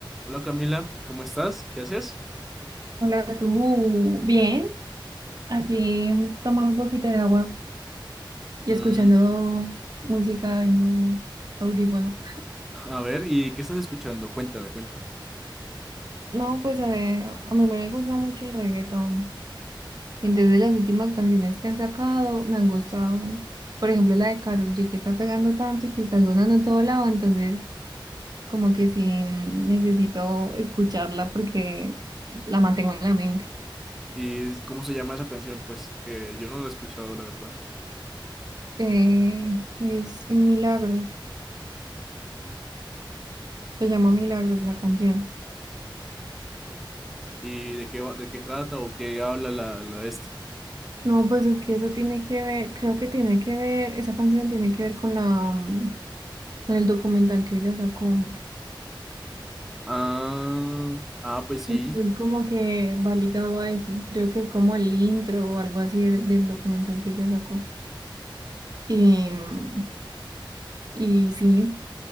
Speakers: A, in the centre; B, on the right (about 50°).
A: Hola Camila, ¿cómo estás? ¿Qué haces?
B: Hola, tú. Bien, aquí tomando un poquito de agua y
A: Mm,
B: escuchando música en un audífono.
A: a ver, ¿y qué estás escuchando? Cuéntame, cuéntame.
B: No, pues eh, a mí me gusta mucho el reggaetón. Entonces las últimas canciones que han sacado me han gustado. Por ejemplo, la de Karol G que está pegando tanto y que está sonando en todo lado. Entonces, como que sí mm, necesito escucharla porque la mantengo en la mente.
A: ¿Y cómo se llama esa canción? Pues que yo no la he escuchado, la verdad.
B: Eh, es Milagros. Se llama Milagros la canción.
A: ¿Y de qué, va- de qué trata o qué habla la, la esta?
B: No, pues es que eso tiene que ver, creo que tiene que ver, esa canción tiene que ver con la, mm, con el documental que ella sacó.
A: Ah, ah, pues sí.
B: Entonces, como que va ligado a eso. Creo que es como el intro o algo así del, del documental que ella sacó. Y, mm, y sí,